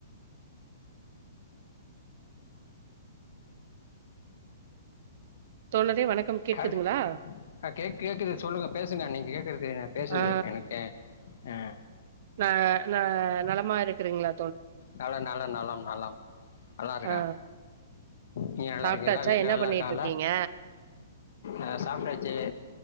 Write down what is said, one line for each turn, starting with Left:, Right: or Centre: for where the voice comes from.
Right: தோழரே வணக்கம் கேக்குதுங்களா
Left: காது ஆ கேக் கேக்குது சொல்லுங்க பேசுங்க நீங்க கேக்குறது எனக்கு பேசுது
Right: ஆ
Left: எனக்கே ஆ
Right: ந ந நலமா இருக்கிறீங்களா
Left: நலொ நலொ நலம் நலம் நல்லா இருக்கே
Right: ஆ
Left: நீங்க நல்லா
Right: சாப்ட்டாச்சா
Left: இருக்கீங்களா வீட்டு்ல
Right: என்ன
Left: நல்லா
Right: பண்ணிட்டு
Left: இருக்காங்களா
Right: இருக்கீங்க
Left: அ சாப்டாச்சு